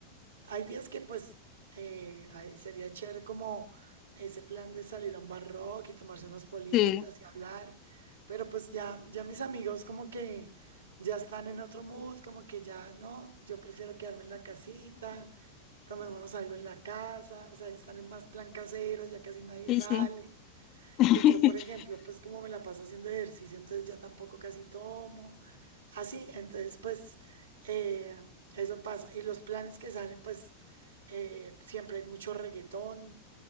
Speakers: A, on the right; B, on the left.
A: hay días que pues eh, ay, sería chévere como ese plan de salir a un bar rock y tomarse unas politas
B: Sí,
A: y hablar, pero pues ya, ya mis amigos como que ya están en otro mood, como que ya no, yo prefiero quedarme en la casita, tomémonos algo en la casa, o sea, ya están en más plan casero, ya casi nadie
B: sí,
A: sale.
B: sí. <laughs>
A: Y yo, por ejemplo, pues como me la paso haciendo ejercicio, entonces ya tampoco casi tomo. Así, entonces pues eh, eso pasa. Y los planes que salen, pues eh, siempre hay mucho reggaetón,